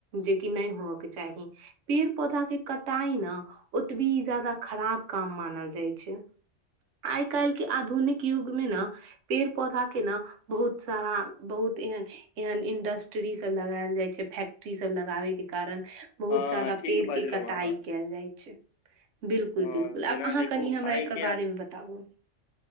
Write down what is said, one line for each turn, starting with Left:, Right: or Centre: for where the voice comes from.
Right: जेकि नै होयके चाही पेड़ पौधाके कटाई न ओतबी ई जादा खराब काम मानल जाइ छै आइ काल्हि के आधुनिक युग मे न पेड़ पौधा के न बहुत सारा बहुत एहन एहन इंडस्ट्री सब लगायल जाइ छै फैक्ट्री सब लगाबै के कारण बहुत
Left: हँ
Right: जादा
Left: ठीक
Right: पेड़
Left: बाजलहुँ
Right: के कटाई
Left: अहाँ
Right: कयल जाइ छै बिल्कुल
Left: अ,
Right: बिल्कुल
Left: जेना
Right: आब अहाँ
Left: देखू
Right: कनि हमरा
Left: आइ
Right: एकर
Left: के
Right: बारेमे बताबु